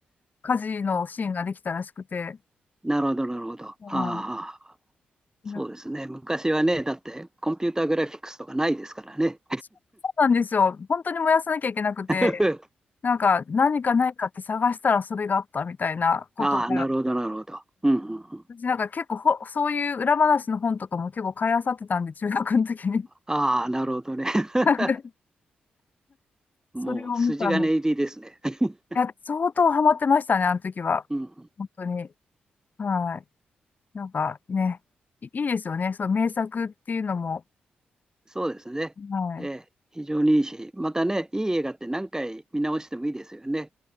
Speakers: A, on the left; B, on the right.
A: 火事のシーンができたらしくて、
B: なるほど、なるほど。ああ、
A: はい。
B: そうですね。
A: なんか
B: 昔はね、だってコンピューターグラフィックスとかないですからね。
A: そうなんですよ。本当に燃やさなきゃいけなくて、
B: <laughs>
A: なんか何かないかって探したらそれがあったみたいなことが、
B: ああ、なるほど、なるほど。うんうんうん。
A: 私なんか結構ほ、そういう裏話の本とかも結構買い漁ってたんで、中学の時に。
B: ああ、なるほどね。<laughs>
A: <laughs> なんで
B: もう筋金入りですね。
A: それを見たの。
B: <laughs>
A: いや、相当ハマってましたね、あの時は。
B: うんうん、
A: 本当に。はい。なんかね、いいいですよね。そう、名作っていうのも。
B: そうですね。
A: はい。
B: ええ、非常にいいし、またね、いい映画って何回見直してもいいですよね。